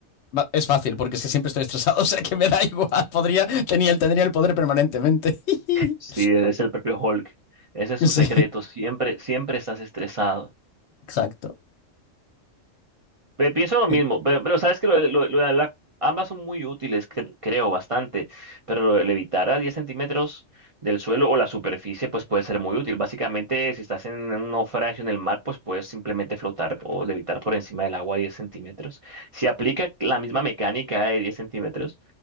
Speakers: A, on the left; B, on the right.
A: Va- Es fácil, porque es que siempre estoy estresado, <laughs> o sea que me da igual. Podría, tenía, el- tendría el poder permanentemente. <laughs>
B: Si es el propio Hulk, ese es
A: Sí,
B: su secreto, siempre, siempre estás estresado.
A: exacto.
B: Pe- Pienso lo mismo,
A: Eh,
B: pero, pero sabes que lo, de lo- lo de hablar, ambas son muy útiles, cre- creo, bastante, pero lo de levitar a 10 centímetros del suelo o la superficie, pues puede ser muy útil. Básicamente, si estás en un naufragio en el mar, pues puedes simplemente flotar o levitar por encima del agua a 10 centímetros. Si aplica la misma mecánica de 10 centímetros